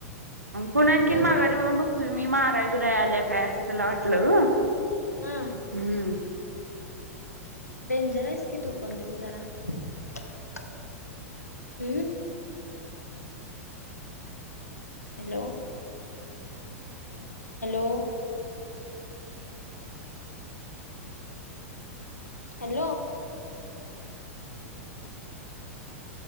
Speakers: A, on the right (about 85°); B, on the left (about 85°).
A: पण आणखीन
B: होय
A: माघारी
B: काय
A: होन बघतोय मी माराय बिराय आल्या काय असं तला वाटलं
B: हा
A: ग
B: हा
A: हम्म
B: डेंजर आहेस कि तू पण मग जरा हम्म hello hello hello